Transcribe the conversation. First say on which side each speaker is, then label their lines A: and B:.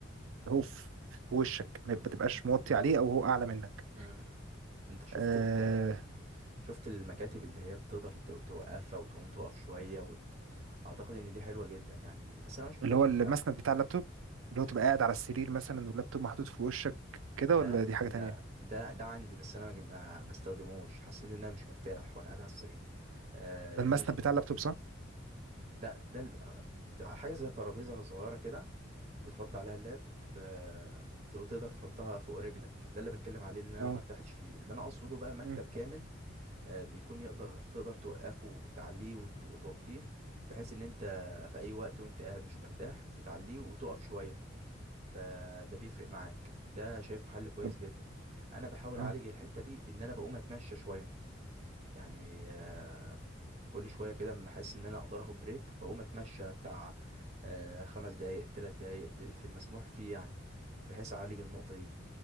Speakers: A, on the right; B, on the right.
A: هو في وشك ما تبقاش موطي عليه او هو اعلى منك
B: مم. انت شفت
A: آه،
B: ال... شفت المكاتب اللي هي بتقدر ت- توقفها وتقوم تقف شوية وت... اعتقد ان دي حلوة جدا يعني بس انا ما شفتهاش
A: اللي هو
B: الحقيقة.
A: المسند بتاع اللابتوب اللي هو تبقى قاعد على السرير مثلا واللابتوب محطوط في وشك كده
B: لا
A: ولا دي حاجة
B: لا
A: تانية
B: ده ده عندي بس انا ما جم- ما بستخدموش حسيت ان انا مش مرتاح وانا قاعد على السرير آه
A: ده
B: لان
A: المسند
B: ش...
A: بتاع اللابتوب صح
B: لا ده ال... آه، حاجة زي ترابيزة صغيرة كده بتحط عليها اللاب آه، وتقدر تحطها فوق رجلك ده اللي بتكلم عليه اللي انا
A: اه
B: ما ارتحتش فيه اللي انا اقصده بقى مكتب
A: مم.
B: كامل آه، بيكون يقدر تقدر توقفه وتعليه وت- وتوطيه بحيث ان انت في اي وقت وانت قاعد مش مرتاح بتعليه وتقف شوية فده بيفرق معاك ده شايفه حل كويس
A: طب
B: جدا انا بحاول
A: اه
B: اعالج الحتة دي بان انا بقوم اتمشى شوية يعني آه، كل شوية كده لما احس ان انا اقدر اخد بريك بقوم اتمشى بتاع آه، خمس دقايق تلات دقايق في المسموح فيه يعني بحيث اعالج النقطة دي